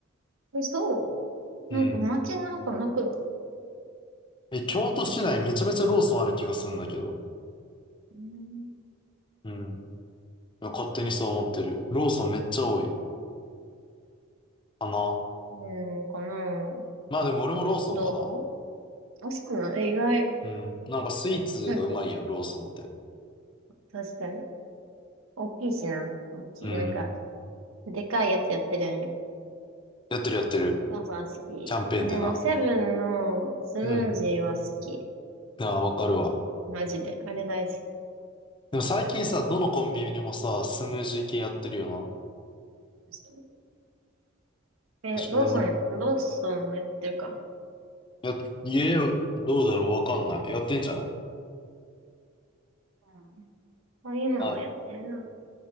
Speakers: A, on the right (about 80°); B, on the left (about 25°).
A: え、そ
B: うん。
A: うなんか街の中なく、
B: え、京都市内めちゃめちゃローソンある気がするんだけど。
A: うん、
B: うん。勝手にそう思ってる。ローソンめっちゃ多い。かな。
A: うんかな。
B: まあでも俺もローソンかな。
A: どうあ、そうなのえ、意外。
B: うん。なんかスイーツがうまいやん、
A: なんか、
B: ローソンって。
A: 確かに。大きいしな。大きい。
B: うん。
A: なんか、でかいやつやってるやん
B: やってるやってる。
A: 母さん好き。
B: キャンペーンでな。
A: でも、セブンのスムージーは好き。
B: うん。ああ、わかるわ。
A: マジで。あれ大好きで
B: でも最近さ、どのコンビニにもさ、スムージー系やってるよな。
A: しょえ、
B: 確かに、
A: ローソン、
B: でも、
A: ローソンもやってるか。
B: や、家、どうだろうわかんない。やってんじゃない
A: うんこういうのはやってるな。
B: はい。